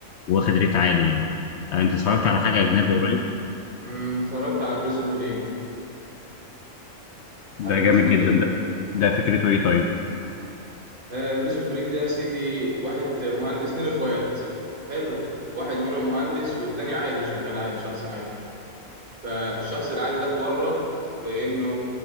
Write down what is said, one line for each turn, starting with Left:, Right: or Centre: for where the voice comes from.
Left: واخد ريت عالي يعني آه، انت اتفرجت على حاجه اجنبي قريب
Right: أمم، اتفرجت على بريزون بريك عارف
Left: ده
Right: بريزون
Left: جامد
Right: بريك
Left: جدا ده ده فكرته ايه طيب
Right: آه بريزون بريك ده يا سيدي واحد مهندس اتنين اخوات حلو واحد منهم مهندس والتاني عادي شغال عادي شخص عادي فالشخص العادي ده اتورط في انه